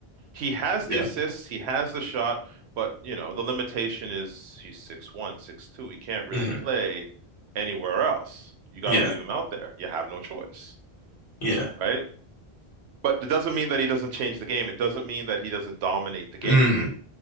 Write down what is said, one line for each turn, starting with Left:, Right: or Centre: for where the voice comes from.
Right: he has
Left: yeah,
Right: the assists, he has the shot, but you know, the limitation is he's six one, six two. He can't really
Left: hmm
Right: play anywhere else. You got
Left: yeah,
Right: to leave him out there. You have no choice,
Left: yeah,
Right: right? But it doesn't mean that he doesn't change the game. It doesn't mean that he doesn't dominate the game,
Left: mm